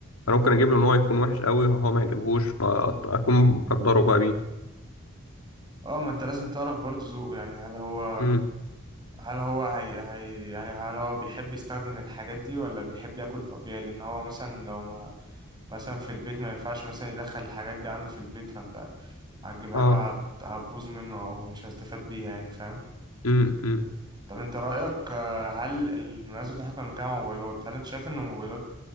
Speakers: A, on the left (about 85°); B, on the right (about 20°).
A: انا ممكن اجيب له نوع يكون وحش قوي هو ما يعجبهوش فاكون مقدره بقى بيه
B: اه ما انت لازم تعرف برضه ذوقه يعني هل هو
A: امم
B: هل هو هي... هي... يعني هل هو بيحب يستخدم الحاجات دي ولا بيحب ياكل طبيعي لان هو مثلا لو ما مثلا في البيت ما ينفعش مثلا يدخل الحاجات دي عنه في البيت فانت هتجيبها
A: اه
B: له هت- هتبوظ منه او مش هيستفاد بيها يعني فاهم
A: امم امم
B: طب انت رأيك آه، هل المناسبة احنا كنا بنتكلم عن الموبايلات هل انت شايف ان الموبايلات